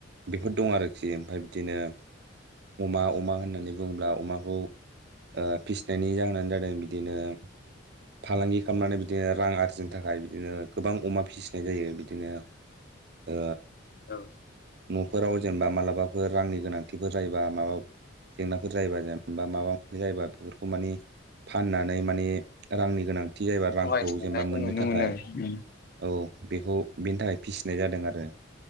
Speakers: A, on the right (about 50°); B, on the left (about 45°).
A: बेफोर दं आरोखि ओमफ्राय बिदिनो अमा अमा होननानै बुङोब्ला अमाखौ ओ फिसिनायनि जाहोनानो जादों बिदिनो फालांगि खालामनानै बिदिनो रां आरजिनो थाखाय बिदिनो गोबां अमा फिसिनाय जायो बिदिनो ओ
B: औ
A: न'फोराव जेनेबा मालाबाफोर रांनि गोनांथिफोर जायोबा माबा जेंनाफोर जायोबा जेनेबा माबा मोनसे जायोबा बेफोरखौ मानि फाननानै माने रांनि गोनांथि जायोबा रांखौ
B: सहाय संनायखौ
A: जेनेबा मोननो
B: नुनो
A: थाखाय
B: मोनो आरो
A: औ बेखौ बेनि थाखाय फिसिनाय जादों आरो।